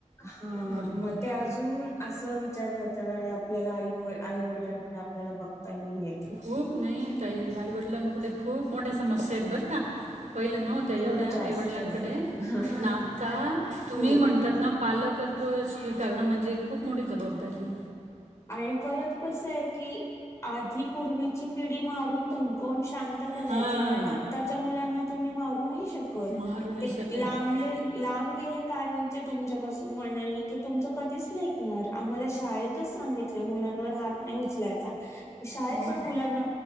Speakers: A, on the left; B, on the right.
A: हा
B: बरोबर
A: म ते अजून आसं विचार करतात, आरे आपल्याला आई मुळे आई वडिलांमुळे आपल्याला बघताही ये
B: खूप नाही ताई, आईवडिलांपुढे खूप मोठ्या समस्या आहेत बर का? पहिलं नव्हत्या एवढ्या
A: खूप जास्त
B: आईवडिलांकडे,
A: हा
B: पण आत्ता तुम्ही
A: खूप
B: म्हणतात ना पालक त्व स्वीकारणं म्हणजे खूप मोठी जबाबदारी ये
A: आणि परत कस हाय की, आधी पूर्वीची पिढी मारून धमवकवून शिक शांत करायची,
B: हां
A: पण आताच्या मुलांना तुम्ही मारू नाय श कत,
B: मारू नाही
A: ते
B: शकत
A: लांबले लांब गेले कायमचे तुमच्यापासून मनानी की तुमचं कधीच नाही ऐकणार, आम्हाला शाळेतच तलं मुलांवर हात नाही उचलायचा, शाळेत
B: हो
A: पण
B: का
A: मुलांना